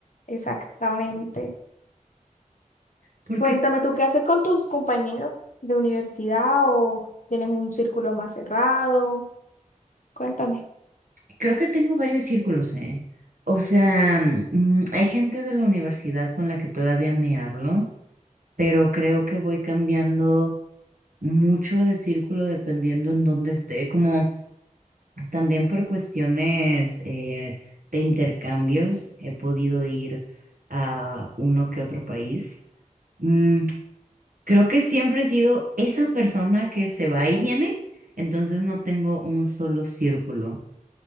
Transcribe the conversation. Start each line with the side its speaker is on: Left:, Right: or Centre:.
Left: exactamente.
Right: Porque
Left: Cuéntame, ¿tú qué haces con tus compañeros de universidad o tienes un círculo más cerrado? Cuéntame.
Right: Creo que tengo varios círculos, ¿eh? O sea, mm, hay gente de la universidad con la que todavía me hablo, pero creo que voy cambiando mucho de círculo dependiendo en dónde esté, como también por cuestiones eh, de intercambios he podido ir a uno que otro país. Mm, creo que siempre he sido esa persona que se va y viene, entonces no tengo un solo círculo,